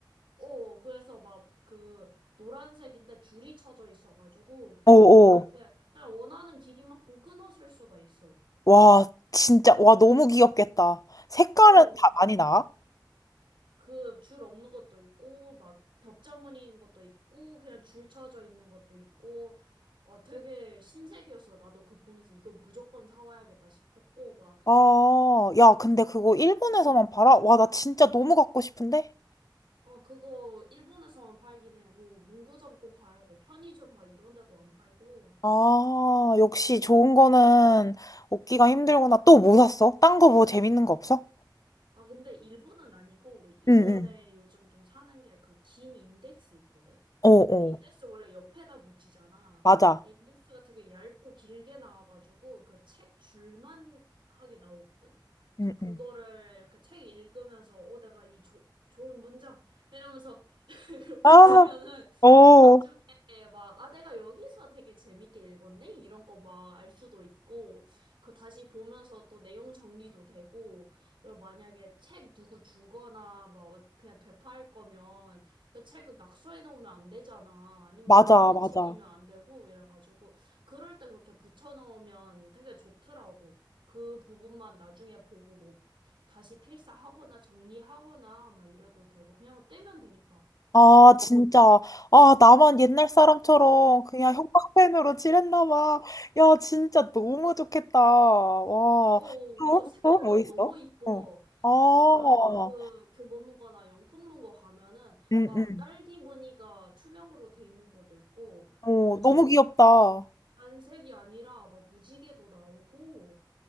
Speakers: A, on the right (about 85°); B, on the left (about 45°).
A: 어, 그래서 막 그 노란색인데 줄이 쳐져 있어가지고
B: 어, 어.
A: 그걸 이렇게 그냥 원하는 길이만큼 끊어 쓸 수가 있어.
B: 와, 진짜. 와, 너무 귀엽겠다. 색깔은
A: 어,
B: 다 많이 나?
A: 그 줄 없는 것도 있고 막 격자무늬인 것도 있고 그냥 줄 쳐져 있는 것도 있고 어, 되게 신세계였어. 나도 그거 보면서 이건 무조건 사와야겠다 싶었고 막
B: 아, 야, 근데 그거 일본에서만
A: 어,
B: 팔아? 와, 나 진짜 너무 갖고 싶은데?
A: 아, 그거 일본에서만 팔긴 해. 뭐 문구점 꼭 가야 돼. 편의점 막 이런 데도 안 팔고.
B: 아, 역시 좋은 거는 얻기가 힘들구나. 또 뭐 샀어? 딴 거 뭐 재밌는 거 없어?
A: 아, 근데 일본은 아니고, 이번에
B: 응, 응.
A: 요즘 좀 사는 게 그 긴 인덱스 있거든?
B: 어, 어.
A: 아, 인덱스 원래 옆에다 붙이잖아.
B: 맞아.
A: 근데 인덱스가 되게 얇고 길게 나와가지고, 그 책 줄만 하게 나오거든? 그래서
B: 응,
A: 그거를
B: 응.
A: 이렇게 책 읽으면서, 어, 내가 이 조, 좋은 문장! 이러면서 <laughs>
B: 아,
A: 붙이면은,
B: 어,
A: 나중에 막, 아, 내가 여기서 되게 재밌게 읽었네? 이런 거 막 알 수도 있고, 그 다시 보면서 또 내용 정리도 되고, 그리고 만약에 책 누구 주거나 막 어- 그냥 되팔 거면 그 책을 낙서해 놓으면 안 되잖아. 아니면
B: 맞아,
A: 남의
B: 맞아.
A: 책이면 안 되고 이래가지고 그럴 때 그렇게 붙여 넣으면 되게 좋더라고. 그 부분만 나중에 보고 뭐 다시 필사하거나 정리하거나 막 이래도 되고 그냥 떼면 되니까
B: 아,
A: 너무
B: 진짜.
A: 좋아.
B: 아, 나만 옛날 사람처럼 그냥 형광펜으로 칠했나 봐. 야, 진짜 너무 좋겠다. 와.
A: 어,
B: 또?
A: 그 색깔도
B: 또? 뭐 있어?
A: 너무 이뻐.
B: 어. 아,
A: 막 그 교보문고나 영풍문고 가면은
B: 응,
A: 막
B: 응.
A: 딸기 무늬가 투명으로 돼 있는 것도 있고
B: 어,
A: 요즘
B: 너무 귀엽다. 아,
A: 단색이 아니라 막 무지개도 나오고